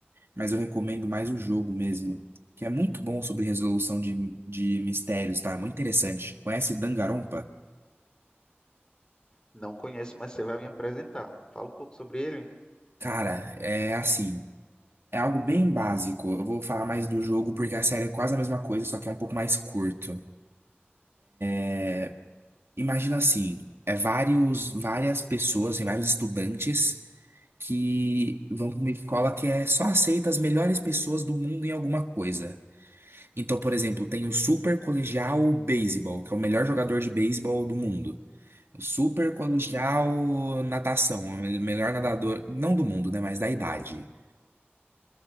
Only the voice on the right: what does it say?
mas eu recomendo mais o jogo mesmo, que é muito bom sobre resolução de, de mistérios, tá? Muito interessante. Conhece Danganronpa?
Cara, é assim, é algo bem básico. Eu vou falar mais do jogo porque a série é quase a mesma coisa, só que é um pouco mais curto. É, Imagina assim, é vários, várias pessoas, e vários estudantes que vão para uma escola que é só aceita as melhores pessoas do mundo em alguma coisa. Então, por exemplo, tem o Super Colegial Baseball, que é o melhor jogador de beisebol do mundo. Super colegial natação, é o melhor nadador, não do mundo, né, mas da idade.